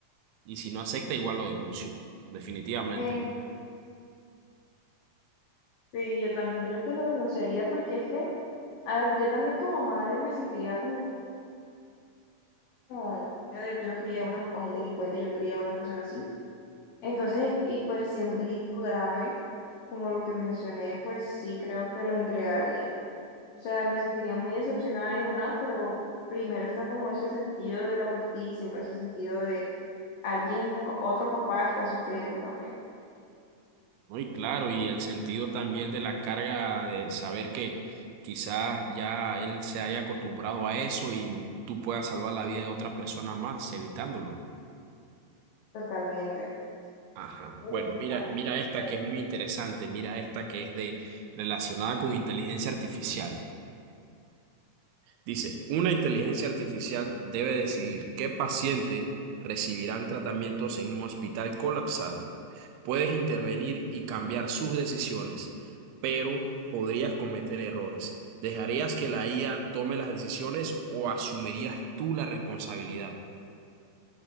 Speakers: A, on the right; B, on the left.
A: Y si no acepta, igual lo denuncio, definitivamente.
B: Eh, sí, yo también creo que lo denunciaría porque es que, a ver, yo también como madre me sentiría como, como, yo yo no crié a una- a un delincuente, yo no crié a una persona así. Entonces, y pues si es un delito grave, como lo que mencioné, pues sí creo que lo entregaría. O sea, me sentiría muy decepcionada y demás, pero primero está como ese sentido de la justicia, ese sentido de alguien, o- otro papá está sufriendo también,
A: Muy claro, y el sentido también de la carga de saber que quizás ya él se haya acostumbrado a eso y tú puedas salvar la vida de otra persona más evitándolo.
B: totalmente.
A: Ajá.
B: Mm,
A: Bueno, mira,
B: a ver,
A: mira esta
B: pero-
A: que es muy interesante, mira esta que es de relacionada con inteligencia artificial. Dice, una inteligencia artificial debe decidir qué paciente recibirán tratamientos en un hospital colapsado. Puedes intervenir y cambiar sus decisiones, pero podrías cometer errores. ¿Dejarías que la IA tome las decisiones o asumirías tú la responsabilidad?